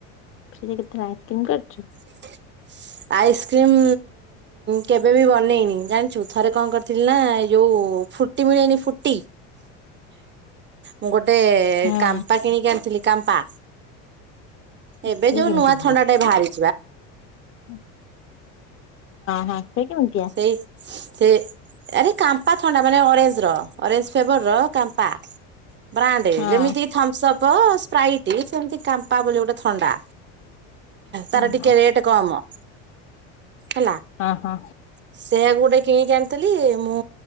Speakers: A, on the left; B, on the right.
A: ଫ୍ରିଜିରେ କେତେଳେ ଆଇସ୍କ୍ରିମ କରିଚୁ?
B: <inaudible> ଆଇସ୍କ୍ରିମ୍ କେବେବି ବନେଇନି ଜାଣିଚୁ ଥରେ କଣ କରିଥିଲିନା ଏଇଯୋଉ ଫୁଟି ମିଳେନି ଫୁଟି ମୁଗୋଟେ
A: ହଁ
B: କାମ୍ପା କିଣିକି ଆଣିଥିଲି କାମ୍ପା ଏବେ
A: ସେ
B: ଯୋଉ
A: କେମିତି
B: ନୂଆ ଥଣ୍ଡାଟେ ବାହାରି
A: ହୁଁ। ହଁ ସେ କେମିତିଆ?
B: ସେଇ ସେ ଆରେ କାମ୍ପା ଥଣ୍ଡା ମାନେ ଅରେଞ୍ଜ୍ ର ଅରେଞ୍ଜ୍ ଫ୍ଲେବର ର କାମ୍ପା। ବ୍ରାଣ୍ଡେ
A: ହଁ।
B: ଯେମିତି ଥମସପ୍, ସ୍ପ୍ରାଇଟି ସେମିତି କାମ୍ପା ବୋଲି ଗୋଟେ ଥଣ୍ଡା।
A: ହଁ
B: ତାର ଟିକେ
A: ହଁ
B: ରେଟେ କମ ହେଲା।
A: ଓ ହ।
B: ସେୟା କୁ ଗୋଟେ କିଣିକି ଆଣିଥିଲି ମୁଁ